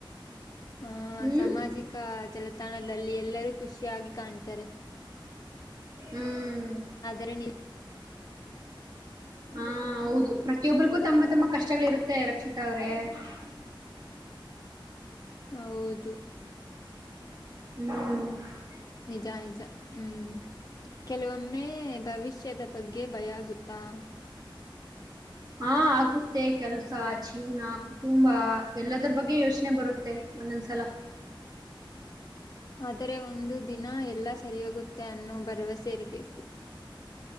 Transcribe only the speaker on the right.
ಹ್ಮ್
ಹ್ಮ್
ಹಾ ಹೌದು ಪ್ರತಿಯೊಬ್ರಗೂ ತಮ್ಮ ತಮ್ಮ ಕಷ್ಟಗಳಿರುತ್ತೆ ರಕ್ಷಿತಾ ಅವ್ರೇ ಹ
ಹ್ಮ್
ಹಾ ಆಗುತ್ತೆ ಕೆಲ್ಸ ಜೀವನ ಕುಟುಂಬ ಎಲ್ಲದ್ರ ಬಗ್ಗೆ ಯೋಚನೆ ಬರುತ್ತೆ ಒಂದುಮ ಸಲ